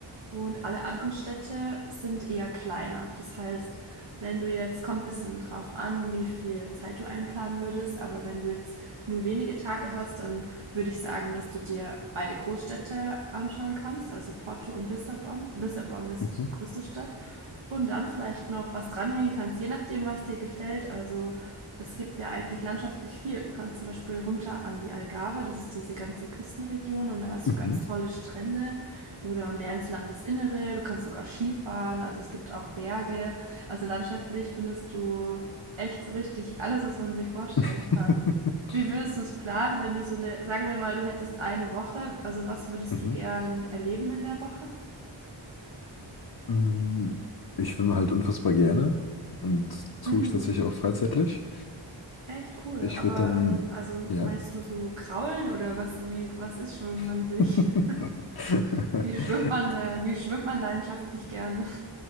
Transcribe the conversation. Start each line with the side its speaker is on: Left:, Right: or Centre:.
Right: und alle anderen Städte sind eher kleiner. Das heißt, wenn du jetzt, kommt ein bisschen drauf an, wie viel Zeit du einplanen würdest, aber wenn du jetzt nur wenige Tage hast, dann würde ich sagen, dass du dir beide Großstädte anschauen kannst, also Porto und Lissabon. Lissabon ist
Left: mhm,
Right: die größte Stadt. Und dann vielleicht noch was dranhängen kannst, je nachdem, was dir gefällt. Also es gibt ja eigentlich landschaftlich viel. Du kannst zum Beispiel runter an die Algarve, das ist diese ganze Küstenregion und da hast
Left: mhm.
Right: du ganz tolle Strände oder mehr ins Landesinnere. Du kannst sogar Skifahren, also es gibt auch Berge. Also landschaftlich findest du echt so richtig alles, was man sich vorstellen
Left: <laughs>
Right: kann. Wie würdest du es planen, wenn du so eine, sagen wir mal, du hättest eine Woche, also was würdest
Left: Mhm.
Right: du gern erleben in der Woche?
Left: Mm, Ich schwimme halt unfassbar gerne und tue
Right: Hm,
Left: ich tatsächlich auch freizeitlich.
Right: echt cool.
Left: Ich
Right: Aber
Left: würde dann,
Right: ähm, also
Left: ja?
Right: meinst du so kraulen oder was, wie, was ist, schwimmt man
Left: <laughs>
Right: sich? <laughs> Wie schwimmt man, äh, wie schwimmt man leidenschaftlich gerne? <laughs>